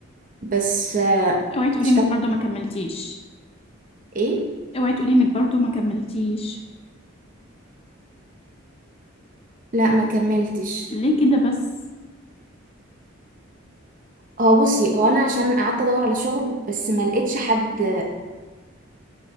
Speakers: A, on the right; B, on the left.
A: بس آه،
B: اوعي تقولي
A: اشتغلت
B: انك برضو ما كملتيش
A: ايه
B: اوعي تقولي انك برضو ما كملتيش
A: لا ما كملتش
B: ليه كده بس
A: هو بصي هو انا عشان قعدت ادور على شغل بس ما لقيتش حد